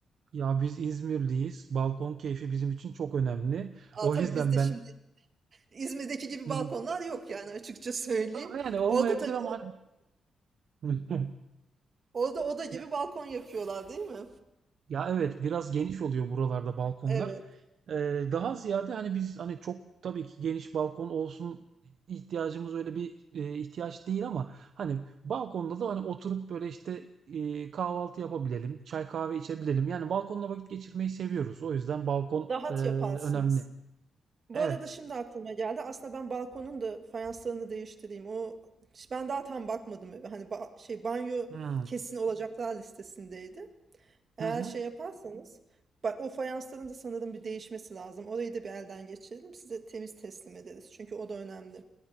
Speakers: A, on the right (about 60°); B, on the right (about 40°).
A: Ya biz İzmirliyiz. Balkon keyfi bizim için çok önemli.
B: Aa,
A: O
B: tabii
A: yüzden
B: bizde
A: ben
B: şimdi İzmir'deki gibi
A: Hmm.
B: balkonlar yok yani açıkça söyleyeyim.
A: Ha, Yani olmayabilir
B: Orada tabii
A: ama
B: o-
A: hani <laughs>
B: orada oda gibi
A: Ya,
B: balkon yapıyorlar değil mi?
A: ya evet biraz geniş oluyor buralarda balkonlar.
B: Evet.
A: Ee, daha ziyade hani biz hani çok tabii ki geniş balkon olsun ihtiyacımız öyle bir e, ihtiyaç değil ama hani balkonda da hani oturup böyle işte e, kahvaltı yapabilelim, çay kahve içebilelim. Yani balkonda vakit geçirmeyi seviyoruz. O yüzden balkon
B: Rahat
A: e, önemli.
B: yaparsınız. Bu
A: Evet.
B: arada şimdi aklıma geldi. Aslında ben balkonun da fayanslarını değiştireyim. O ben daha tam bakmadım. eve. Hani ba- şey banyo
A: Hmm.
B: kesin olacaklar listesindeydi. Eğer
A: Hı hı.
B: şey yaparsanız, bak o fayansların da sanırım bir değişmesi lazım. Orayı da bir elden geçirelim. Size temiz teslim ederiz. Çünkü o da önemli.